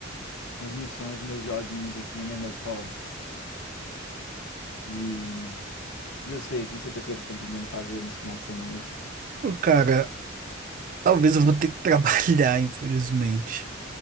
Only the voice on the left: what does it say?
umas missões dos meus joguinhos aqui, né, meus hobbies. E, e eu sei, o que que você tá querendo, pretendendo fazer nesse final de semana aí?